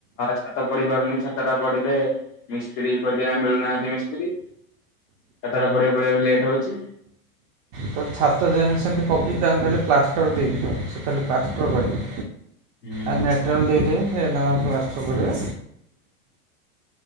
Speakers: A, on the left (about 50°); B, on the right (about 35°).
A: ଛାତ ପଡ଼ି ପାରୁନି। ସାତଟା ପଢିଲେ ମିସ୍ତ୍ରୀ ଖୋଜିବା ମିଳୁନାହାନ୍ତି ମିସ୍ତ୍ରୀ। କେତଟା ବଢେଇକୁ ବଢେଇିବା ଲେଟ୍ ହଉଛି।
B: ତ ଛାତ ଯେମିତି ସେମିତି ପକି ତାଙ୍କୁ ଖାଲି ପ୍ଲାଷ୍ଟର ଦେଇଦି ତ ସେ ଖାଲି ପ୍ଲାଷ୍ଟର କରିନି।
A: ହୁଁ
B: ଆଉ ମେଟ୍ରାଲ ଦେଇ ଏ ନର ପଷ୍ଟ କରିବ